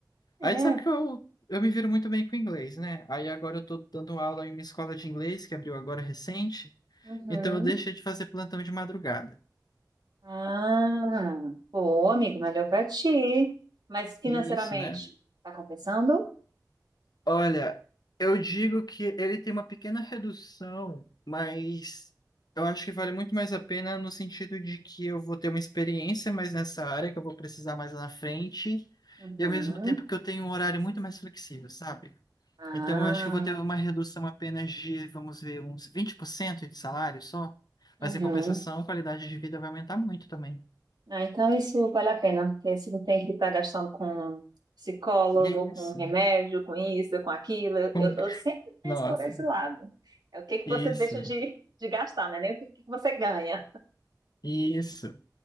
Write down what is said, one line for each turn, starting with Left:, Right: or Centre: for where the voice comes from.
Right: É.
Left: Aí sabe que eu, eu me viro muito bem com inglês, né? Aí agora eu tô dando aula em uma escola de inglês que abriu agora recente,
Right: Uhum.
Left: então eu deixei de fazer plantão de madrugada.
Right: Ah, pô, amigo, melhor pra ti. Mas financeiramente,
Left: E Isso, né?
Right: tá compensando?
Left: Olha, eu digo que ele tem uma pequena redução, mas eu acho que vale muito mais a pena no sentido de que eu vou ter uma experiência mais nessa área, que eu vou precisar mais lá na frente.
Right: Uhum.
Left: E ao mesmo tempo que eu tenho um horário muito mais flexível, sabe?
Right: Ah,
Left: Então eu acho que eu vou ter uma redução apenas de, vamos ver, uns 20% de salário só.
Right: uhum.
Left: Mas em compensação, a qualidade de vida vai aumentar muito também.
Right: Ah, então isso vale a pena, porque você não tem que estar gastando com psicólogo,
Left: Isso.
Right: com remédio, com isso, com aquilo. Eu,
Left: Com-
Right: eu- eu sempre penso
Left: Nossa.
Right: por esse lado. É o que que
Left: Isso.
Right: você deixa de, de gastar, né? Nem o que que você ganha.
Left: Isso.